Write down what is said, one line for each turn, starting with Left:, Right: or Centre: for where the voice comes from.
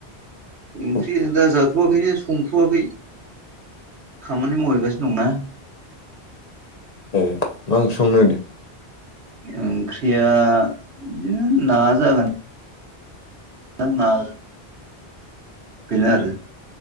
Right: ओंख्रि
Left: औ
Right: दा जाथ'आखैनो संथ'वाखै खामानि मावहैगासिनो दंना।
Left: ए मा ओंख्रि संनो नागिरदों?
Right: ओंख्रिया बिदिनो ना जागोन। थां ना बेनो आरो